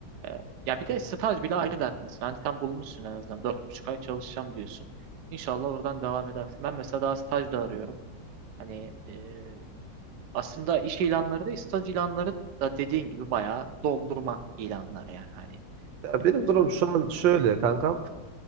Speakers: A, on the right; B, on the right.
A: Ee, ya bir de
B: Hı.
A: staj bile ayrı dert mesela. Hani sen bulmuşsun en azından. Dört buçuk ay çalışacağım diyorsun. İnşallah oradan devam edersin. Ben mesela daha staj da arıyorum. Hani e, aslında iş ilanları da staj ilanları da dediğin gibi bayağı doldurma ilanlar yani. Hani,
B: Ya benim
A: e,
B: durum şu an şöyle kankam.